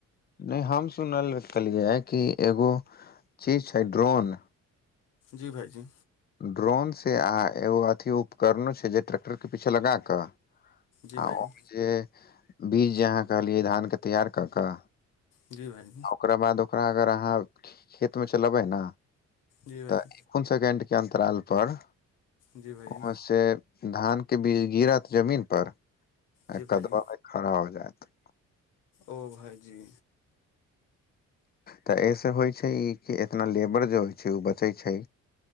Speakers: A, on the left; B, on the left.
A: नै हम सुनल कहलियै कि एगो चीज छै ड्रोन
B: जी भाइजी
A: ड्रोनसँ आ एगो अथी उपकरणो छै जे ट्रैक्टरके पीछे लगा कऽ
B: जी
A: आ
B: भाइजी
A: ओ जे बीज जे अहाँ कहलियै धानके तैयार कऽ कऽ
B: जी भाय
A: ओकरा बाद ओकरा अगर अहाँ खेत मे चलेबै ने
B: जी भाइजी
A: तऽ कोन सेकेण्ड के अन्तराल पर
B: जी भाइजी
A: ओहमे से धान के बीज गिरत जमीन पर
B: जी
A: आ
B: भाइजी
A: कदवा खड़ा हो जाएत
B: ओ भाइजी
A: तऽ एहिसँ होइ छै कि एतना लेबर जे होइ छै उ बचै छै